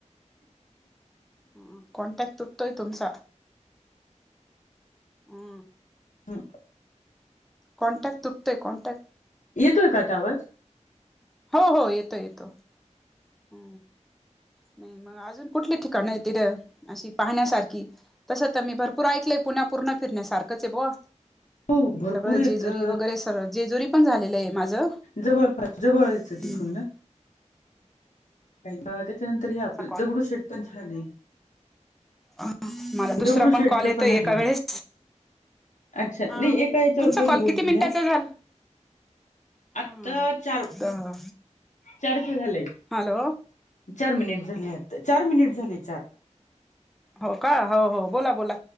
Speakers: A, in the centre; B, on the left.
A: हू कॉंटॅक्ट तूटतोय तुमचा हू
B: हू
A: कॉन्टॅक्ट तुटतोय कॉन्टॅक्ट
B: येतोय का आता आवाज
A: हो हो येतो येतो हू नाही मग अजून कुठली ठिकाणं हायत तिथ अशी पाहण्यासारखी तसं तर मी भर पुर ऐकलंय पूणा पूर्ण फिरण्या सारखंच आहे बुवा
B: हो भरपूर
A: सगळं
B: येत
A: जेजुरी
B: अ,
A: वगैरे तर जेजुरी पण झालेलं आहे माझं
B: जवळपास जवळचं
A: हम्म
B: आहे तिथून ना का त्याच्यानंतर हे
A: कोणाचा
B: आपलं दगडूशेट पण छान आहे
A: अ मला दुसरा
B: दगडूशेठचं
A: पण कॉल येतोय
B: आहे.
A: एका वेळेस
B: अच्छा
A: हा
B: नाही एका याच्यावर
A: तुमचा
B: पहिले
A: कॉल
B: बोलून
A: किती मिनिटाचा
B: घ्या
A: झाला
B: आता
A: हा
B: चार चारचे झालंय
A: हॅलो
B: चार मिनिट झाले आता चार मिनिट झाले चार
A: हो का हो हो बोला बोला